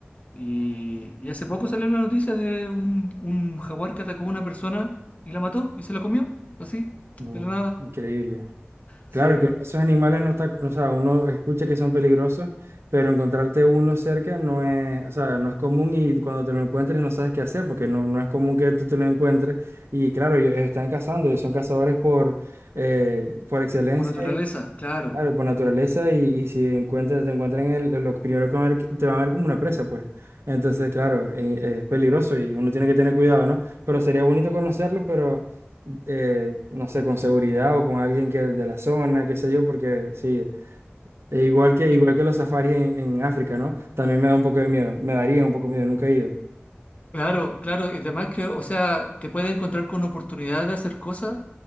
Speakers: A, on the left; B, on the right.
A: Y, y hace poco salió la noticia de un, un jaguar que atacó a una persona y la mató y se la comió, así,
B: no,
A: de la nada.
B: increíble.
A: Sí,
B: Claro que esos animales no está, o sea, uno escucha que son peligrosos, pero encontrarte uno cerca no es, o sea, no es común y cuando te lo encuentres no sabes qué hacer porque no, no es común que tú te lo encuentres. Y claro, ellos, ellos están cazando, ellos son cazadores por, eh, por excelencia
A: por naturaleza, claro.
B: Claro, por naturaleza y, y si encuentras, te encuentran en el, en lo primero que van a ver, te van a ver como una presa, pues. Entonces, claro, eh, es peligroso y uno tiene que tener cuidado, ¿no? Pero sería bonito conocerlo, pero eh, no sé, con seguridad o con alguien que de la zona, qué sé yo, porque sí, e igual que,
A: Es-
B: igual que los safaris en, en África, ¿no? También me da un poco de miedo, me daría un poco de miedo, nunca he ido.
A: claro, claro. Y además que, o sea, te puedes encontrar con oportunidades de hacer cosas,